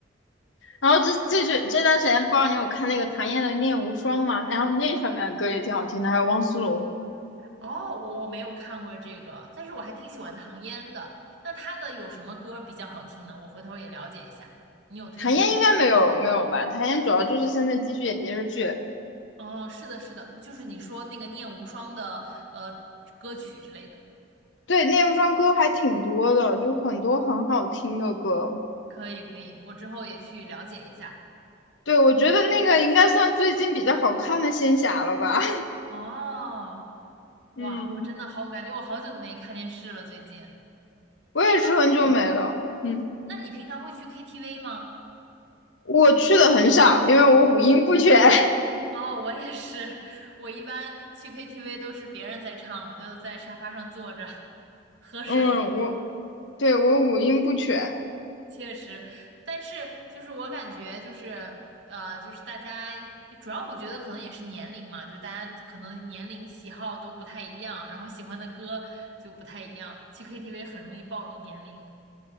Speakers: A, on the left; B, on the right.
A: 然后这这这这段时间不知道你有看那个谭燕的《念无双》吗？然后那上面的歌也挺好听的，还有汪苏泷。
B: 哦，我我没有看过这个，但是我还挺喜欢唐嫣的。那她的有什么歌比较好听呢？我回头也了解一下，你有推荐吗？
A: 谭燕应该没有没有吧？谭燕主要就是现在继续演电视剧，
B: 哦，是的，是的，就是你说那个《念无双》的呃歌曲之类的，
A: 对《念无双》歌还挺多的，就很多很好听的歌。
B: 可以可以，我之后也去了解一下。
A: 对，我觉得那个应该算最近比较好看的仙侠了吧。
B: 哦，哇，
A: 嗯，
B: 我真的好，感觉我好久都没看电视了，最近。
A: 我也是很久没了。
B: 哎，那嗯，
A: 嗯，
B: 那你平常会去 KTV 吗？
A: 我去的很少，因为我五音不全。
B: 哦，我也是，我一般去 KTV 都是别人在唱，我就在沙发上坐着喝水，
A: <laughs> 嗯，我对我五音不全，
B: 确实。但是就是我感觉就是呃，就是大家主要我觉得可能也是年龄嘛，就大家可能年龄喜好都不太一样，然后喜欢的歌就不太一样，去 KTV 很容易暴露年龄。